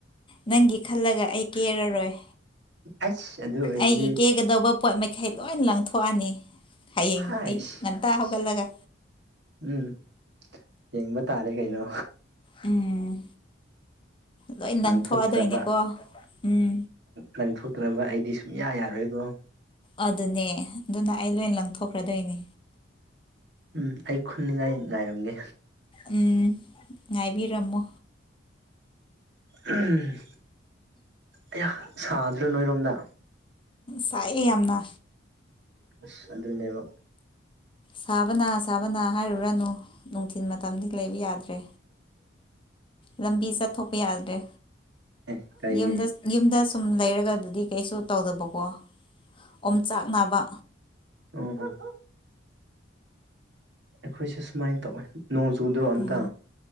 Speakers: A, on the left; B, on the right.
A: ꯅꯪꯒꯤ ꯈꯜꯂꯒ ꯑꯩ ꯀꯦꯔꯔꯣꯏ꯫
B: ꯑꯩꯁ ꯑꯗꯨ ꯑꯣꯏꯔꯗꯤ
A: ꯑꯩꯒꯤ ꯀꯦꯒꯗꯧꯕ ꯄꯣꯠ ꯃꯈꯩ ꯂꯣꯏ ꯂꯪꯊ ꯊꯣꯛꯑꯅꯤ ꯍꯌꯦꯡ
B: ꯍꯥꯏꯁ
A: ꯑꯌꯨꯛ ꯉꯟꯇꯥ ꯍꯧꯒꯠꯂꯒ꯫
B: ꯎꯝ ꯌꯦꯡꯕ ꯇꯥꯔꯦ ꯀꯩꯅꯣ꯫
A: ꯎꯝ ꯂꯣꯏ ꯅꯪꯊꯣꯛꯑꯗꯣꯏꯅꯦꯀꯣ
B: ꯂꯪꯊꯣꯛꯇ꯭ꯔꯕ
A: ꯎꯝ꯫
B: ꯂꯪꯊꯣꯛꯇ꯭ꯔꯕ ꯑꯩꯗꯤ ꯁꯨꯡꯌꯥ ꯌꯥꯔꯣꯏꯀꯣ꯫
A: ꯑꯗꯨꯅꯦ ꯑꯗꯨꯅ ꯑꯩ ꯂꯣꯏ ꯂꯪꯊꯣꯛꯈ꯭ꯔꯗꯣꯏꯅꯦ꯫
B: ꯎꯝ ꯑꯩ ꯈꯨꯟꯅꯤꯡꯉꯥꯏ ꯉꯥꯏꯔꯝꯒꯦ꯫
A: ꯎꯝ ꯉꯥꯏꯕꯤꯔꯝꯃꯣ꯫
B: ꯎꯝ ꯑꯩꯌ ꯁꯥꯗ꯭ꯔꯣ ꯅꯣꯏꯔꯣꯝꯗ꯫
A: ꯁꯥꯏꯑꯦ ꯌꯥꯝꯅ꯫
B: ꯑꯁ ꯑꯗꯨꯅꯦꯕ꯫
A: ꯁꯥꯕꯅ ꯁꯥꯕꯅ ꯍꯥꯏꯔꯨꯔꯅꯨ ꯅꯨꯡꯊꯤꯟ ꯃꯇꯝꯗꯤ ꯂꯩꯕ ꯌꯥꯗ꯭ꯔꯦ꯫ ꯂꯝꯕꯤ ꯆꯠꯊꯣꯛꯄ ꯌꯥꯗ꯭ꯔꯦ
B: ꯑꯦ ꯀꯩꯒꯤ
A: ꯌꯨꯝꯗ ꯌꯨꯝꯗ ꯁꯨꯝ ꯂꯩꯔꯒꯕꯨꯗꯤ ꯀꯩꯁꯨ ꯇꯧꯗꯕꯀꯣ ꯑꯣꯝ ꯆꯥꯛ ꯅꯥꯕ
B: ꯎꯝ ꯎꯝ꯫ ꯑꯩꯈꯣꯏꯁꯦ ꯁꯨꯃꯥꯏꯅ ꯇꯧꯋꯦ ꯅꯣꯡ ꯆꯨꯗ꯭ꯔꯣ ꯑꯝꯇ꯫
A: ꯎꯝ